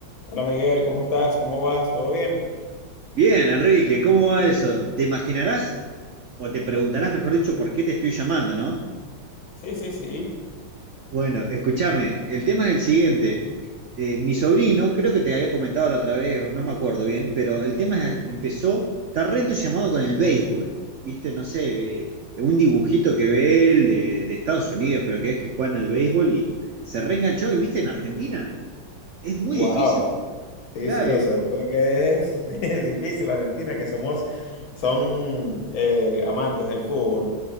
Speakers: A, on the left (about 80°); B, on the right (about 85°).
A: Hola Miguel, ¿cómo estás? ¿Cómo vas? ¿Todo bien?
B: Bien, Enrique, ¿cómo va eso? ¿Te imaginarás o te preguntarás, mejor dicho, por qué te estoy llamando, ¿no?
A: Sí, sí, sí.
B: Bueno, escúchame, el tema es el siguiente. Eh, mi sobrino, creo que te había comentado la otra vez, o no me acuerdo bien, pero el tema es- empezó, está re entusiasmado con el béisbol, ¿viste? No sé, eh, un dibujito que ve él de, de Estados Unidos, creo que es, que juegan al béisbol y se reenganchó, y viste, en Argentina es muy
A: Wow,
B: difícil,
A: sí,
B: claro.
A: sí, eso es lo que es <laughs> difícil, Argentina, que somos, son eh, amantes del fútbol.